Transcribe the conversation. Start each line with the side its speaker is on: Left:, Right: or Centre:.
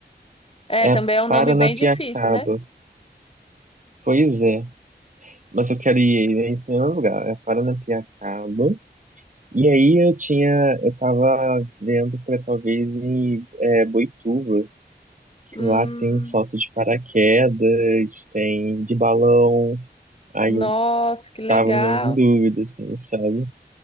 Left: É,
Right: É
Left: também é um nome
Right: Paranapiacaba,
Left: bem difícil, né?
Right: pois é, mas eu quero ir em esse mesmo lugar, é Paranapiacaba, e aí eu tinha, eu tava vendo pra talvez ir é, Boituva, que
Left: Hum,
Right: lá tem salto de paraquedas, tem de balão, Aí
Left: nossa,
Right: eu
Left: que legal.
Right: Tava meio em dúvida, assim, sabe?